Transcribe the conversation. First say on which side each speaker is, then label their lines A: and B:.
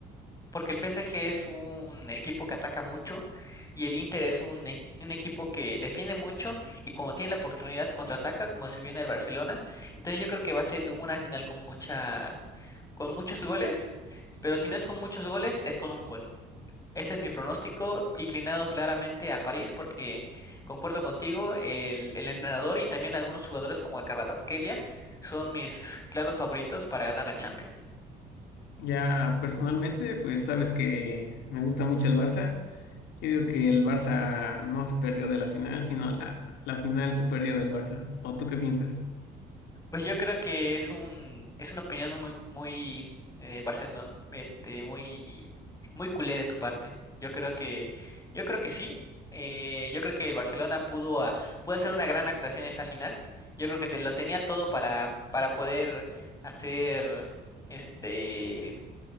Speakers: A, on the left; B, on the left.
A: porque el PSG es un equipo que ataca mucho y el Inter es un, equi- un equipo que defiende mucho y cuando tiene la oportunidad contraataca, como se vio en el Barcelona. Entonces yo creo que va a ser una final con muchas, con muchos goles, pero si no es con muchos goles, es con un gol. Ese es mi pronóstico, inclinado claramente a París, porque concuerdo contigo, el, el entrenador y también algunos jugadores como el Kvaratskhelia son mis claros favoritos para ganar la Champions.
B: Ya personalmente, pues sabes que me gusta mucho el Barça. Yo digo que el Barça no se perdió de la final, sino la, la final se perdió del Barça. ¿O tú qué piensas?
A: Pues yo creo que es un, es una opinión muy, muy, eh, Barcelona, este, muy, muy culé de tu parte. Yo creo que, yo creo que sí. Eh, yo creo que el Barcelona pudo, a- pudo hacer una gran actuación en esta final. Yo creo que te- lo tenía todo para, para poder hacer, este,